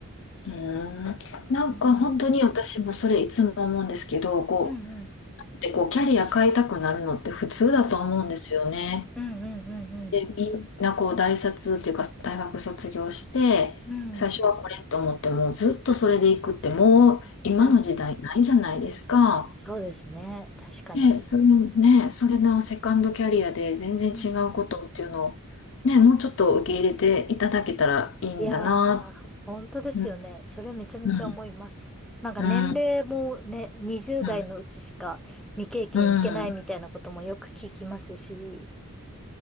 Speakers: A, on the left (about 60°); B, in the centre.
A: うん。うんなんか本当に私もそれいつも思うんですけど、
B: うん。
A: こ
B: うんうん。
A: う、で、こう、キャリア変えたくなるのって普通だと思うんですよね。
B: うん。うんうんうんうん。
A: で、みんなこう大卒っていうか大学卒業して、
B: うん。
A: 最初はこれと思ってもずっとそれで行くってもう今の時代ないじゃないですか。
B: うん。そうですね。確かに。
A: ね、それ、ね、それのセカンドキャリアで全然違うことっていうのを、
B: うん
A: ね、もうちょっと受け入れていただけたらいいんだな。
B: いやー、本当ですよね。
A: うん、
B: それめちゃめちゃ思います。
A: うん、
B: なんか年齢もね、
A: うん、
B: 20代のうちしか未経験いけないみたいなこともよく聞きますし、
A: うん、うん。